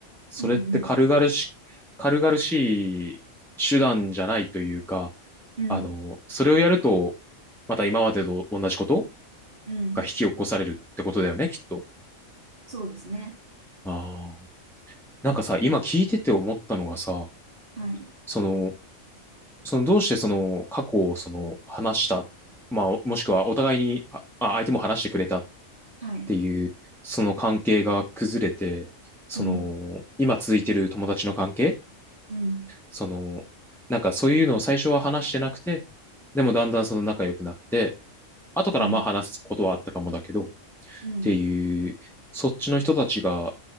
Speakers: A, in the centre; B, on the right.
A: それって軽々し、
B: うん
A: 軽々しい手段じゃないというか、
B: うんうん。
A: あの、
B: うん。
A: それをやると、また今までと同じこと
B: うん。
A: が引き起こされるってことだよね、きっと。
B: そうですね。
A: ああ。なんかさ、今聞いてて思ったのがさ、
B: はい。
A: その、そのどうしてその過去をその話した、まあ、もしくはお互いに、あ、あ相手も話してくれたっ
B: はい。
A: ていう、その関係が崩れて、その、
B: うん。
A: 今続いてる友達の関係、
B: うん。
A: その、なんかそういうのを最初は話してなくて、でもだんだんその仲良くなって、後からまあ話すことはあったかもだけど、
B: うん。
A: っ
B: うん。
A: ていう、そっちの人たちが、